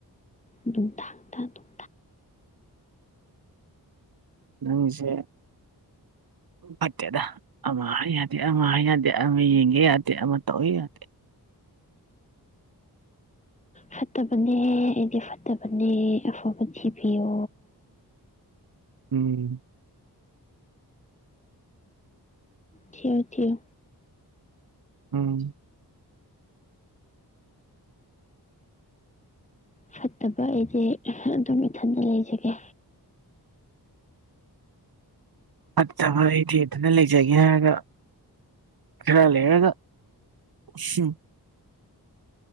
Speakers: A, on the left; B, on the right.
A: ꯅꯨꯡꯗꯥꯡꯗꯥ ꯅꯨꯡ
B: ꯅꯪꯁꯦ ꯐꯠꯇꯦꯗ ꯑꯃ ꯍꯥꯏ ꯌꯥꯗꯦ ꯑꯃ ꯍꯥꯏ ꯌꯥꯗꯦ ꯑꯃ ꯌꯦꯡꯉꯦ ꯌꯥꯗꯦ ꯑꯃ ꯇꯧꯏ ꯌꯥꯗꯦ
A: ꯐꯠꯇꯕꯅꯦ ꯑꯩꯗꯤ ꯐꯠꯇꯕꯅꯦ ꯑꯐꯕ ꯊꯤꯕꯤꯌꯣ
B: ꯎꯝ
A: ꯊꯤꯌꯣ ꯊꯤꯌꯣ
B: ꯎꯝ
A: ꯐꯠꯇꯕ ꯑꯩꯗꯤ ꯑꯗꯨꯝ ꯏꯊꯟꯗ ꯂꯩꯖꯒꯦ
B: ꯐꯠꯇꯕ ꯑꯩꯗꯤ ꯇꯨꯃꯤꯟ ꯂꯩꯖꯒꯦ ꯍꯥꯏꯔꯒ ꯈꯔ ꯂꯩꯔꯒ <unintelligible>